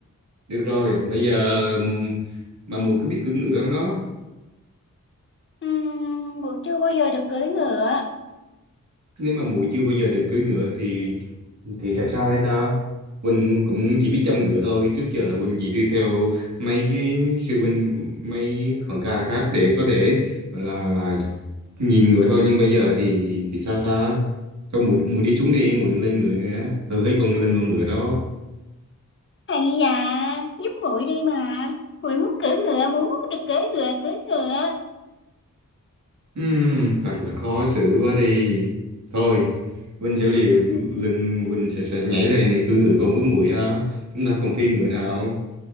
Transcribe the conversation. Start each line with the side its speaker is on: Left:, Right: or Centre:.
Right: được rồi bây giờ ừm, mà mùi có biết cưỡi ngựa không đó
Left: Ừm, nguội chưa bao giờ được cưỡi ngựa.
Right: nếu mà muội chưa bao giờ được cưỡi ngựa thì thì thật sao đây ta Huynh cũng chỉ biết chăm ngựa thôi trước giờ là Huynh chỉ đi theo mấy cái sư huynh mấy hòn ca khác để có thể gọi là là nhìn ngựa thôi nhưng bây giờ thì thì sao ta thôi muội muội đi xuống đi muội đừng lên ngựa nữa ừ hay còn lên con ngựa đó
Left: Hay da, giúp muội đi mà. Muội muốn cưỡi ngựa, muội muốn được cưỡi ngựa, cưỡi ngựa.
Right: Ừm, thật là khó xử quá đi thôi Huynh sẽ liều
Left: Ừ,
Right: lên Huynh sẽ, sẽ nhảy lên để cưỡi ngựa cùng với muội ha chúng ta còn phi ngựa nào